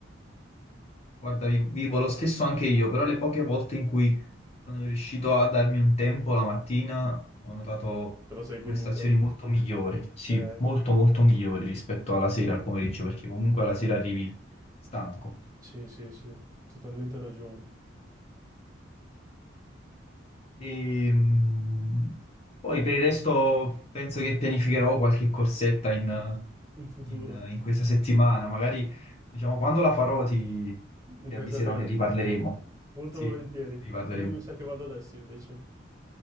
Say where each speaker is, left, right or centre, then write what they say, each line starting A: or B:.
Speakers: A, on the left; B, on the right.
A: Guarda, vi- vivo lo stesso anche io, però le poche volte in cui sono riuscito a darmi un tempo la mattina, ho notato
B: Te la sei
A: prestazioni
B: goduta?
A: molto migliori, sì,
B: Eh,
A: molto molto migliori rispetto alla sera, al pomeriggio, perché comunque alla sera arrivi stanco.
B: sì, sì, sì, totalmente ragione.
A: E, mh, poi per il resto penso che pianificherò qualche corsetta in,
B: In futuro,
A: in- in questa settimana. Magari, diciamo, quando la farò ti,
B: mi
A: ti
B: fai
A: avviserò,
B: sapere.
A: ne riparleremo.
B: Molto
A: Sì,
B: volentieri.
A: ne riparleremo.
B: Io mi sa che vado adesso invece.